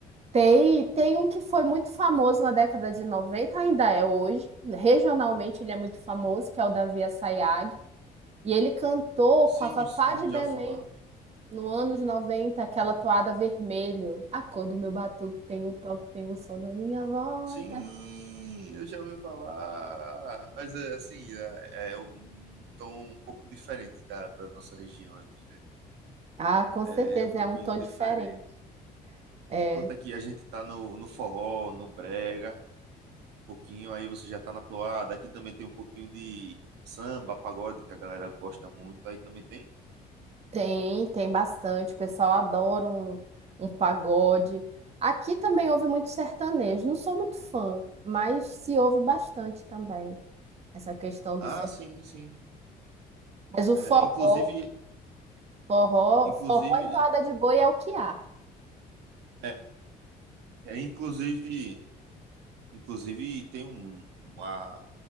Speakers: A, on the right; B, on the right.
A: Tem, tem um que foi muito famoso na década de noventa ainda é hoje, regionalmente ele é muito famoso, que é o Davi Assayag. E ele cantou
B: Sim,
A: com a Fafá
B: sim,
A: de
B: já
A: Belém
B: ouvi falar.
A: no anos 90 aquela toada vermelho. A cor do meu batuque tem o toque, tem o som da minha voz.
B: Sim, eu já ouvi falar. Mas é assim, é, é um tom um pouco diferente da, da nossa região aqui, né?
A: Ah, com certeza
B: É um pouquinho
A: é um tom
B: diferente.
A: diferente. É,
B: Enquanto aqui a gente tá no, no forró, no brega, um pouquinho aí você já tá na toada. Aqui também tem um pouquinho de samba, pagode que a galera gosta muito. Aí também tem
A: tem, tem bastante. O pessoal adora um, um pagode. Aqui também houve muito sertanejo. Não sou muito fã, mas se ouve bastante também essa questão
B: Ah,
A: do sertanejo.
B: sim, sim.
A: Mas o
B: É,
A: forró,
B: inclusive,
A: forró,
B: inclusive,
A: forró e toada de boi é o que há.
B: é, é, inclusive, inclusive tem um, uma-